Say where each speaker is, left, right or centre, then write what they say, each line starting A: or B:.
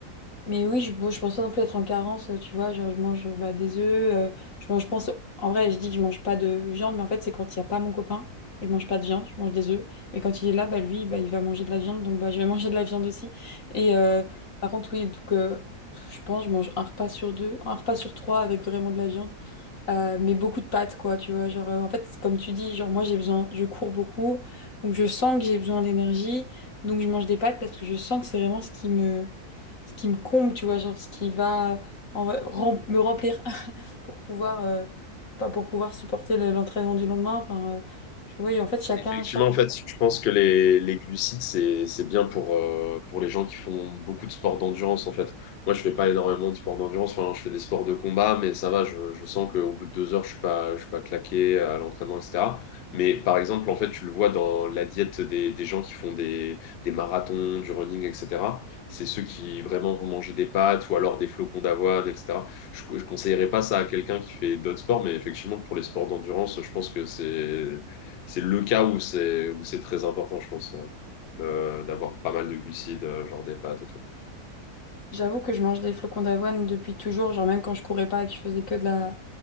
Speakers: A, on the left; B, on the left.
A: mais oui, je, bon, je pense pas non plus être en carence, euh, tu vois, genre je mange bah, des œufs, euh, je mange, je pense, en vrai, je dis que je mange pas de viande, mais en fait, c'est quand il n'y a pas mon copain, je mange pas de viande, je mange des œufs, mais quand il est là, bah, lui, bah, il va manger de la viande, donc bah, je vais <laughs> manger de la viande aussi, et euh, par contre, oui, donc, euh, je pense, je mange un repas sur deux, un repas sur trois avec vraiment de la viande, euh, mais beaucoup de pâtes, quoi, tu vois. Genre, euh, en fait, comme tu dis, genre, moi, j'ai besoin, je cours beaucoup, donc je sens que j'ai besoin d'énergie, donc je mange des pâtes parce que je sens que c'est vraiment ce qui me, ce qui me comble, tu vois, genre, ce qui va en- rem- me remplir <laughs> pour pouvoir, euh, pas pour pouvoir supporter le- l'entraînement du lendemain. Enfin, euh, je- oui, en fait, chacun,
B: Effectivement,
A: chaque
B: en
A: entraînement.
B: fait, je pense que les, les glucides, c'est, c'est bien pour, euh, pour les gens qui font beaucoup de sports d'endurance, en fait. Moi, je fais pas énormément de sports d'endurance, enfin, je fais des sports de combat, mais ça va, je, je sens qu'au bout de deux heures, je suis pas, je suis pas claqué à l'entraînement, etc. Mais par exemple, en fait, tu le vois dans la diète des, des gens qui font des, des marathons, du running, etc. C'est ceux qui vraiment vont manger des pâtes ou alors des flocons d'avoine, etc. Je, je conseillerais pas ça à quelqu'un qui fait d'autres sports, mais effectivement, pour les sports d'endurance, je pense que c'est c'est le cas où c'est où c'est très important, je pense, euh, le- d'avoir pas mal de glucides, euh, genre des pâtes et tout.
A: J'avoue que je mange des flocons d'avoine depuis toujours, genre même quand je courais pas et que je faisais que de la,